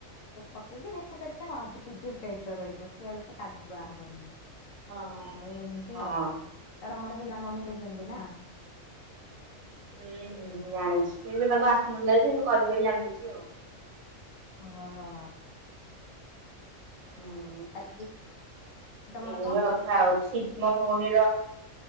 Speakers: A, on the left (about 75°); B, on the right (about 65°).
A: ପକେଇକି ଝୁରଝୁର ଟାଇପ ର ରହିବ ସେ ଆଉ ଏତେ କାଦୁଆ ହବନିଁ।
B: ହଁ ହଁ
A: ଆଉ ଏମିତି
B: ହଁ
A: ଆଉ ତାର ମୋର ସେଇଟା ମମି ଜାଣିଛନ୍ତି ନା
B: ହୁଁ ହ ଜାଣିଛି କିନ୍ତୁ ତାକୁ ଆସୁନଥିଲା କିନ୍ତୁ କରି କରି ଜାଣିଦେଇଛି ଆଉ।
A: ଓହୋ
B: ହୁଁ ଏଇ
A: ଆଜି ତମର
B: ଭଳିଆ
A: କଣ ହେଇଛି
B: କଥା
A: ରୋଷେଇ?
B: ଆଉ ଠିକ୍ ମୋ ଭଉଣୀର।